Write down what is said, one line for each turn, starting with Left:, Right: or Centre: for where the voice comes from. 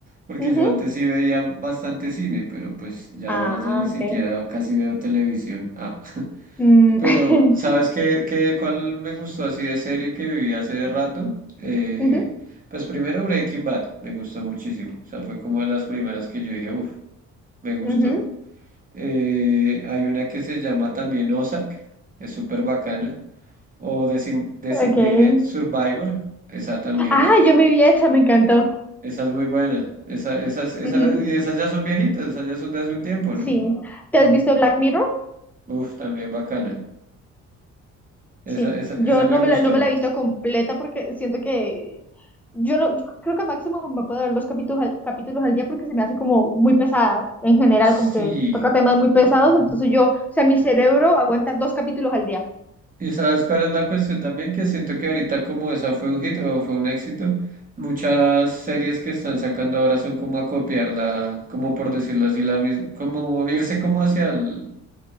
Right: porque
Centre: Ujú.
Right: yo antes sí veía bastante cine, pero pues ya
Centre: Ah,
Right: ahora ya ni siquiera
Centre: ok.
Right: casi veo televisión. ah
Centre: Mm,
Right: Pero,
Centre: <laughs>
Right: ¿sabes qué, qué, cuál me gustó así de serie que viví hace rato? Eh,
Centre: ujú,
Right: pues primero Breaking Bad, me gustó muchísimo. O sea, fue como de las primeras que yo dije, uff, me gustó.
Centre: ujú,
Right: Eh, hay una que se llama también Ozark, es súper bacana. O Design- Designated
Centre: ok.
Right: Survivor, esa también,
Centre: Ah,
Right: uff,
Centre: yo me vi esa, me encantó.
Right: esa es muy buena. Esa, esas, esas,
Centre: Ujú,
Right: y esas ya son viejitas, esas ya son de hace un tiempo,
Centre: Sí.
Right: ¿no?
Centre: ¿Te has visto Black Mirror?
Right: Uff, también bacana. Esa,
Centre: Sí.
Right: esa,
Centre: Yo
Right: esa
Centre: no
Right: me gustó.
Centre: me la, no me la he visto completa porque siento que yo no, yo creo que máximo me puedo ver dos capítulos al, capítulos al día porque se me hace como muy pesada en general,
Right: Sí.
Centre: como que toca temas muy pesados, entonces yo, o sea, mi cerebro aguanta dos capítulos al día,
Right: Y sabes cuál es la cuestión también, que siento que ahorita como esa fue un hit o fue un éxito, muchas series que están sacando ahora son como a copiarla, como por decirlo así, la mis- como irse como hacia el,